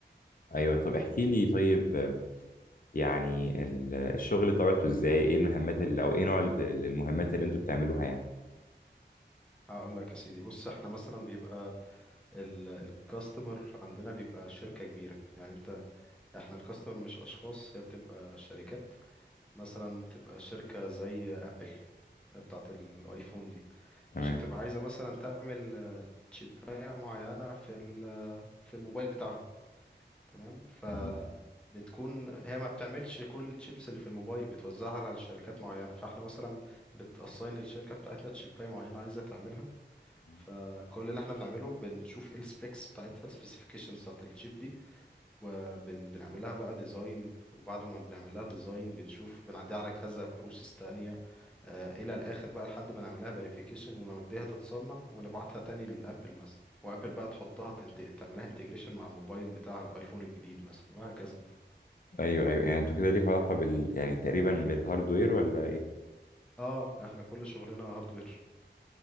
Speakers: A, on the left (about 50°); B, in the centre.
A: ايوه طب احكي لي طيب يعني ال- الشغل طبيعته ازاي ايه المهمات اللي او ايه نوع ال- المهمات اللي انتوا بتعملوها يعني
B: هقول لك يا سيدي بص احنا مثلا بيبقى ال- الكاستمر عندنا بيبقى شركة كبيرة يعني انت احنا الكاستمر مش اشخاص هي بتبقى شركات مثلا بتبقى شركة زي ابل بتاعة الايفون دي
A: تمام
B: ماشي بتبقى عايزة مثلا تعمل تشيباية معينة في ال- في الموبايل بتاعها تمام ف
A: مهم.
B: بتكون هي ما بتعملش كل الشيبس اللي في الموبايل بتوزعها على شركات معينة فاحنا مثلا بتأساين الشركة بتاعتنا تشيباية معينة عايزة تعملها
A: مهم.
B: فكل اللي احنا بنعمله بنشوف ايه السبيكس بتاعتها السبيسيفيكيشنز بتاعت الشيب وبنعمل لها بقى ديزاين وبعد ما بنعمل لها ديزاين بنشوف بنعديها على كذا بروسيس تانية آه، الى الاخر بقى لحد ما نعمل لها فيريفيكيشن ونوديها تتصنع ونبعتها تاني للابل مثلا وابل بقى تحطها تنت... تعملها انتجريشن مع الموبايل بتاع الايفون الجديد مثلا وهكذا
A: ايوه ايوه يعني انتوا كده ليكوا علاقه بال يعني تقريبا بالهاردوير ولا ايه
B: اه احنا كل شغلنا هاردوير